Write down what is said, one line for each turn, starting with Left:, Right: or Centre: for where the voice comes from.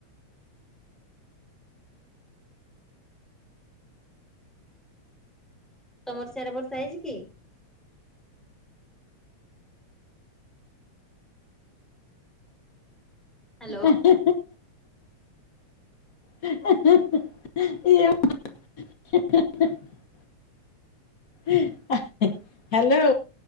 Centre: ତମର ସେଇ ଆଡ଼େ ବର୍ଷା ହେଇଛି କି। ହ୍ୟାଲୋ।
Left: ହା ହା ହା। <unintelligible> <unintelligible> ହ୍ୟାଲୋ।